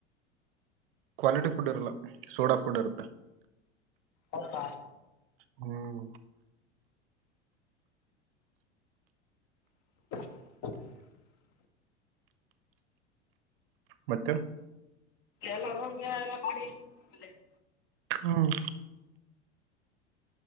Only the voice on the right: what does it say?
ಕ್ವಾಲಿಟಿ ಫುಡ್ ಇರಲ್ಲ ಸೋಡಾ ಫುಡ್ ಇರುತ್ತೆ
ಹ್ಮ್
ಮತ್ತೆ
ಹ್ಮ್